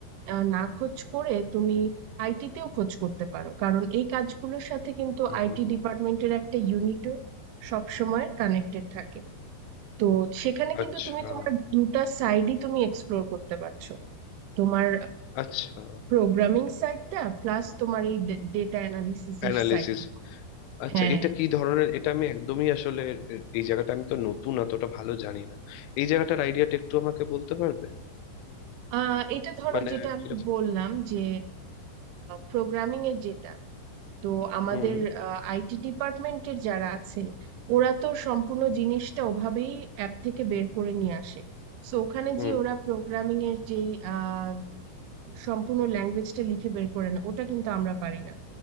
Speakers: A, on the right; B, on the left.
A: আহ, না খোঁজ করে তুমি আইটি তেও খোঁজ করতে পারো কারণ এই কাজগুলোর সাথে কিন্তু
B: হুম।
A: আইটি ডিপার্টমেন্টের একটা ইউনিটও সবসময় কানেক্টেড থাকে তো সেখানে কিন্তু
B: আচ্ছা
A: তুমি তোমার দুটা সাইডই তুমি এক্সপ্লোর করতে পারছো তোমার
B: আচ্ছা
A: প্রোগ্রামিং সাইডটা প্লাস তোমার এই ডেটা অ্যানালিসিস
B: অ্যানালিসিস
A: এর সাইডটা
B: আচ্ছা
A: হ্যাঁ
B: এটা কি ধরনের এটা আমি একদমই আসলে এ- এই জায়গাটা আমি তো নতুন অতটা ভালো জানি না এই জায়গাটার আইডিয়াটা একটু আমাকে বলতে পারবে
A: আহ, এটা ধরো
B: মানে
A: যেটা আমি
B: কিরকম
A: বললাম যে প্রোগ্রামিং এর যেটা তো আমাদের
B: হুম
A: আইটি ডিপার্টমেন্টের যারা আছে ওরা তো সম্পূর্ণ জিনিসটা ওভাবেই অ্যাপ থেকে বের করে নিয়ে আসে সো ওখানে
B: হুম
A: যে ওরা প্রোগ্রামিং এর যে আহ, সম্পূর্ণ ল্যাঙ্গুয়েজটা লিখে বের করে না ওটা কিন্তু আমরা পারি না